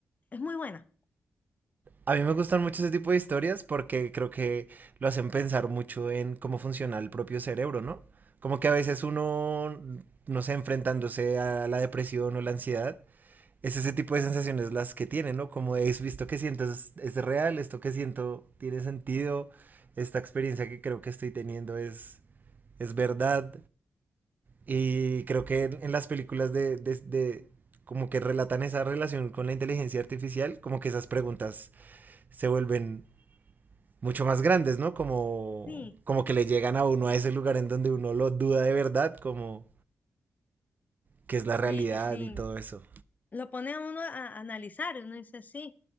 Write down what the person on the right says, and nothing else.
A mí me gustan mucho ese tipo de historias porque creo que lo hacen pensar mucho en cómo funciona el propio cerebro, ¿no? Como que a veces uno, no sé, enfrentándose a la depresión o la ansiedad, es ese tipo de sensaciones las que tiene, ¿no? Como es visto que siento es, es real, esto que siento tiene sentido, esta experiencia que creo que estoy teniendo es, es verdad, Y creo que en, en las películas de, de, de, como que relatan esa relación con la inteligencia artificial, como que esas preguntas se vuelven mucho más grandes, ¿no? Como,
como que le llegan a uno a ese lugar en donde uno lo duda de verdad, como qué es la
realidad
y todo eso.